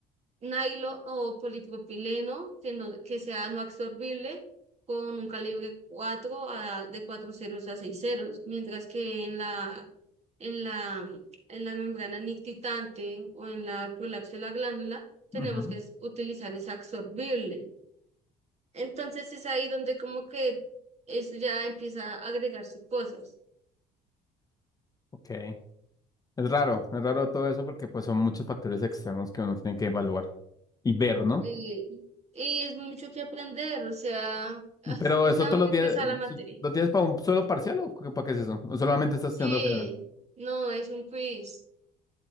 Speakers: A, on the right (about 40°); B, on the left (about 20°).
A: nylon o polipropileno que, no, que sea no absorbible con un calibre cuatro a, de 4 ceros a 6 ceros, mientras que en la, en la, en la membrana nictitante o en la prolapso de la glándula tenemos
B: ujú,
A: que es- utilizar es absorbible. Entonces es ahí donde como que eso ya empieza a agregarse cosas.
B: Ok. Es raro, es raro todo eso porque pues son muchos factores externos que uno tiene que evaluar y ver, ¿no?
A: eh, y es mucho que aprender, o sea, as-
B: Pero
A: está
B: eso tú
A: muy
B: lo tienes,
A: pesada la materia.
B: lo tienes para un solo parcial o qué- para qué es eso? ¿O solamente estás
A: Sí,
B: estudiando general?
A: no, es un quiz.